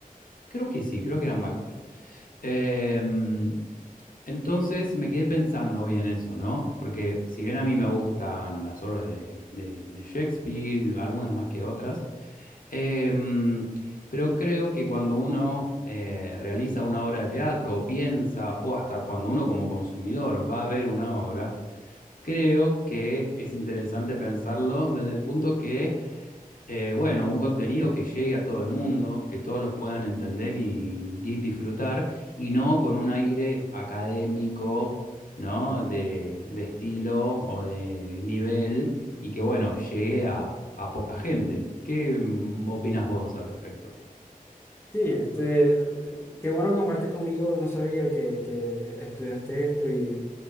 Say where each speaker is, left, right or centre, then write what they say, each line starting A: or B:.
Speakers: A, on the left (about 70°); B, on the left (about 15°).
A: Creo que sí, creo que era Macbeth. Em, entonces me quedé pensando hoy en eso, ¿no? Porque si bien a mí me gustan las obras de, de- de Shakespeare, algunas más que otras, Em, pero creo que cuando uno eh, realiza una obra de teatro o piensa, o hasta cuando uno como consumidor va a ver una obra, creo que es interesante pensarlo desde el punto que eh, bueno, un contenido que llegue a todo el mundo, que todos los puedan entender y di- disfrutar, y no con un aire académico, ¿no? De, de estilo o de nivel, y que, bueno, llegue a, a poca gente. ¿Qué mm, opinas vos al respecto?
B: Sí, este, qué bueno que compartes conmigo. No sabía que, que estudiaste esto y